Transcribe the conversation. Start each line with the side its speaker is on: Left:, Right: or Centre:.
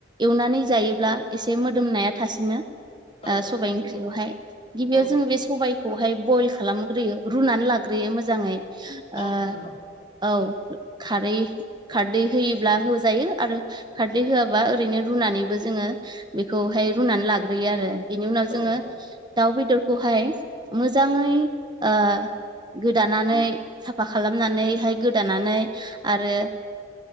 Right: एवनानै जायोब्ला एसे मोदोमनाया थासिनो।
Left: औ
Right: ओ सबाय ओंख्रियावहाय गिबियाव
Left: औ
Right: जोङो बे सबाय खौहाय बयल खालामग्रोयो रुनानै लाग्रोयो मोजाङै
Left: औ
Right: ओ
Left: नोंथां औ
Right: औ खारै खारदै होयोब्ला होजायो आरो खारदै होआबा ओरैनो रुनानैबो जोङो बेखौहाय रुनानै लाग्रोयो आरो बिनि उनाव जोङो
Left: औ
Right: दाउ बेदरखौहाय मोजाङै ओ गोदानानै साफा खालामनानैहाय गोदानानै आरो